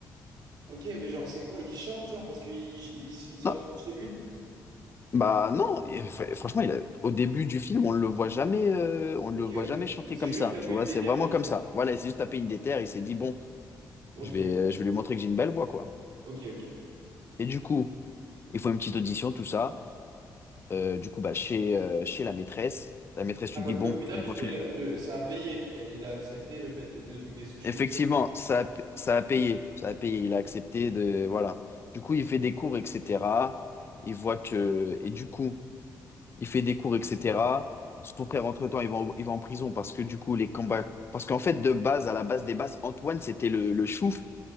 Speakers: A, on the right; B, on the left.
A: Ok, mais genre, c'est quoi? Il chante, genre, parce qu'il il, il- il s'entraîne
B: Non,
A: chez lui?
B: bah, non, et fr- franchement, il a- au début du film, on ne le voit jamais, euh, on le
A: Ok,
B: voit jamais
A: ok.
B: chanter
A: Il s'est
B: comme
A: juste
B: ça,
A: tapé
B: tu vois.
A: une déterre
B: C'est vraiment
A: comme
B: comme
A: ça.
B: ça. Voilà, il s'est juste tapé une déterre, il s'est dit, bon.
A: Ok,
B: Je vais, euh, je vais lui montrer que j'ai une belle voix, quoi.
A: ok, ok.
B: Et du coup, ils font une petite audition, tout ça. Euh, du coup, bah, chez, euh, chez la maîtresse, la maîtresse
A: Ah,
B: lui
A: parce
B: dit, bon,
A: qu'au final,
B: ton profil,
A: du coup, il a- le- ça a payé. Et il a accepté le fait, de- le truc des sushis,
B: effectivement,
A: tout ça.
B: ça, a ça a payé. Ça a payé, il a accepté de... Voilà. Du coup, il fait des cours, etc. Il voit que... Et du coup, il fait des cours, etc. Son frère, entre-temps, il va, en- il va en prison parce que du coup, les combats... Parce qu'en fait, de base, à la base des bases, Antoine, c'était le, le chouf